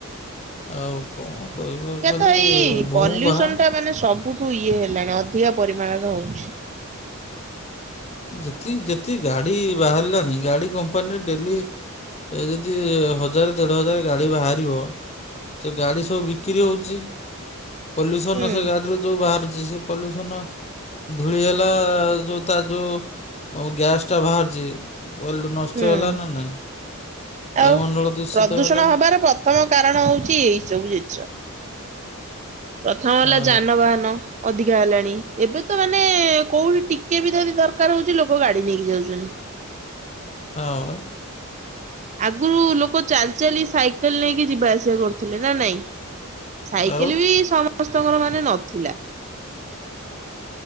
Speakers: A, on the left (about 30°); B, on the right (about 35°).
A: ଆଉ କଣ କହିବ
B: ଏକା
A: ଖାଲି
B: ତ ଏଇ
A: ଭୁଁ
B: ପଲ୍ୟୁସନ
A: ଭାଁ।
B: ଟା ମାନେ ସବୁ ଠୁ ଇଏ ହେଲାଣି ଅଧିକା ପରିମାଣରେ ହଉଚି।
A: ଯେତିକି ଯେତିି ଗାଡି ବାହାର୍ଲା ଗାଡ଼ି କମ୍ପାନୀ ଡେଲି ଯଦି ହଜାର୍ ଦେଢ ହଜାର୍ ଗାଡି ବାହାରିବ ସେ ଗାଡି ସବୁ ବିକ୍ରି ହଉଚି। ପଲ୍ୟୁସନ
B: ହୁଁ
A: ସେ ଗାଡ଼ିରୁ ଯେଉଁ ବାହାରୁଚି ସେ ପଲ୍ୟୁସନ। ଧୂଳି ହେଲା ଯୋଉ ତାର ଯୋଉ ଗ୍ୟାସ୍ଟା ବାହାର୍ଚି ପଲ୍ ନଷ୍ଟ
B: ହୁଁ
A: ହେଲା ନା ନାଇଁ
B: ଆଉ
A: ବାୟୁମଣ୍ଡଳ ଦୂଷିତ
B: ପ୍ରଦୂଷଣ
A: ହେଲା।
B: ହବାର ପ୍ରଥମ କାରଣ ହଉଛି ଏଇ ସବୁ ଜିନ୍ସ। ପ୍ରଥମ ହେଲା
A: ହଁ
B: ଯାନବାହାନ। ଅଧିକା ହେଲାଣି ଏବେ ତ ମାନେ କୋଉଠି ଟିକେ ବି ଯଦି ଦର୍କାର୍ ହଉଚି ଲୋକ ଗାଡି ନେଇକି ଯାଉଚନ୍ତି।
A: ହଁ।
B: ଆଗୁରୁ ଲୋକ ଚାଲି ଚାଲି ସାଇକେଲ ନେଇକି ଯିବା ଆସିବା କରୁଥିଲେ ନା ନାଇଁ। ସାଇକେଲ୍
A: ହଁ
B: ବି ସମସ୍ତଙ୍କର ମାନେ ନଥିଲା।